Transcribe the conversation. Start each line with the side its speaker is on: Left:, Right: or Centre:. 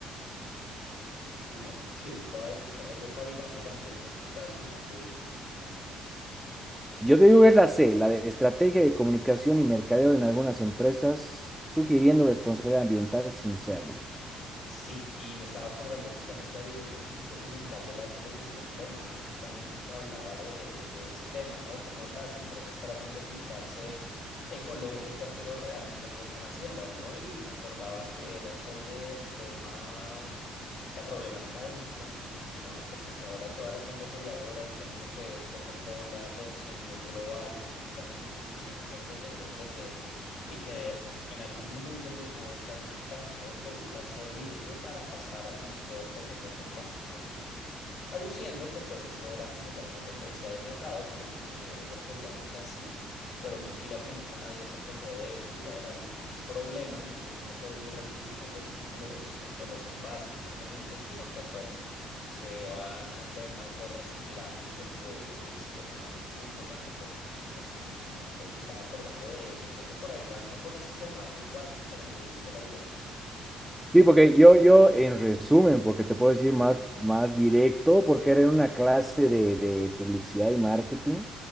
Left: dime. Sí, es que estaba, estaba yo cavilando también, pero te estaba escuchando. Dime.
Centre: Yo te digo que es la C, la de estrategia de comunicación y mercadeo en algunas empresas, sugiriendo responsabilidad ambiental sin serlo.
Left: Sí, y me estaba acordando justamente de un docu- documental de la televisión alemana justamente que hablaba de, de, de ese tema, ¿no? Cómo las empresas tratan de pintarse ecológicas, pero realmente no lo están haciendo, ¿no? Y me acordaba que era sobre el tema la problemática de los plásticos, ¿no? Que pues ahora todas las embotelladoras, digamos lo que es Coca-Cola, Pepsi a nivel global, pues justamente utilizan estas botellas de PET y que en algún momento en los noventas mágicamente dejó de usarse vidrio para pasar a tener todo en botellas de plástico, ¿no? aduciendo que pues eso era como tal una tendencia del mercado, que los consumidores lo queríamos así, pero mentira que nunca nadie se quejó de eso y ahora hay un problema en que uno no puede reutilizar los, los, los que los envases propiamente, sino que pues se van a temas de reciclaje que pues en algún punto tampoco son sostenibles, ¿no? Entonces me estaba acordando de eso, creo que por ahí va, no me acuerdo si se llamaba greenwashing, pero me diste la idea.
Centre: Sí, porque yo, yo en resumen, porque te puedo decir más, más directo, porque era en una clase de, de publicidad y marketing,